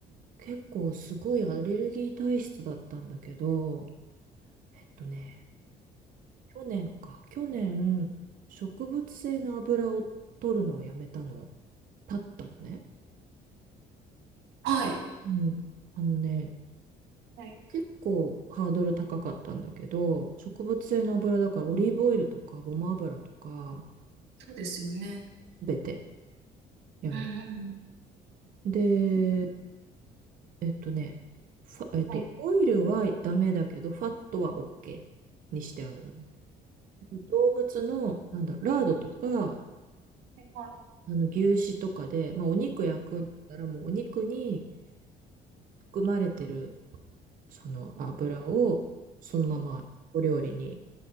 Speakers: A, on the right; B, on the right.
A: 結構すごいアレルギー体質だったんだけど、えっとね、去年か、去年、植物性の油を取るのをやめたの、たったのね。
B: はい。
A: うん。あのね、
B: はい。
A: 結構ハードル高かったんだけど、植物性の油だからオリーブオイルとかごま油とか、
B: そうですよね。
A: すべてやめ。
B: うんうんうん。
A: で、えっとね、ファえっと、
B: はい。
A: オイルはダメだけど、ファットは OK にしてあるの。動物の、なんだろう、ラードとか、
B: はい。
A: あの、牛脂とかで、まあ、お肉焼くんだったら、もうお肉に含まれてる、その油を、そのままお料理に